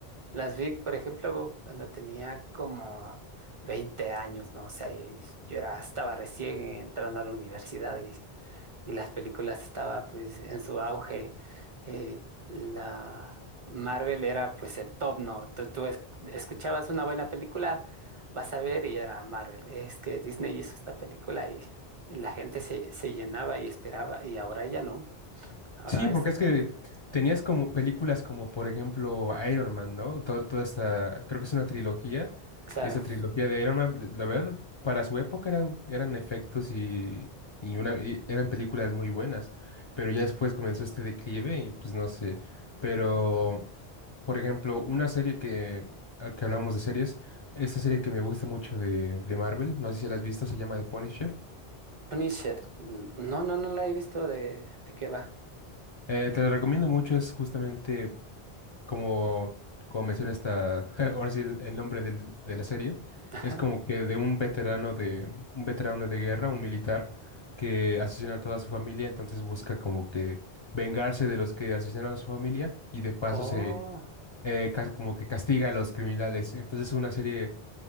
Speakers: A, on the right (about 35°); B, on the left (about 35°).
A: las vi, por ejemplo, cuando tenía como 20 años, ¿no? O sea, y- yo era, estaba recién entrando a la universidad y, y las películas estaba pues en su auge. Eh, la Marvel era pues el top, ¿no? Tú, tú es- escuchabas una buena película vas a ver y era Marvel. Es que Disney hizo esta película y, y la gente se, se llenaba y esperaba y ahora ya no. Ahora
B: Sí, porque
A: es,
B: es que tenías como películas como por ejemplo Iron Man, ¿no? Toda, toda esta, creo que es una trilogía,
A: claro,
B: esa trilogía de Iron Man, la verdad, para su época eran, eran efectos y, y una, y eran películas muy buenas, pero ya después comenzó este declive y pues no sé, pero por ejemplo, una serie que, a que hablamos de series, esta serie que me gusta mucho de, de Marvel, no sé si la has visto, se llama The Punisher.
A: Punisher. n- No, no, no la he visto de, de qué va.
B: Eh, te la recomiendo mucho, es justamente como, como menciona esta, <laughs> ahora sí el, el nombre del- de la serie,
A: <laughs> Ajá.
B: es como que de un veterano de, un veterano de guerra, un militar, que asesina a toda su familia, entonces busca como que vengarse de los que asesinaron a su familia y de paso
A: Oh,
B: se, eh, cas- como que castiga a los criminales. Entonces es una serie,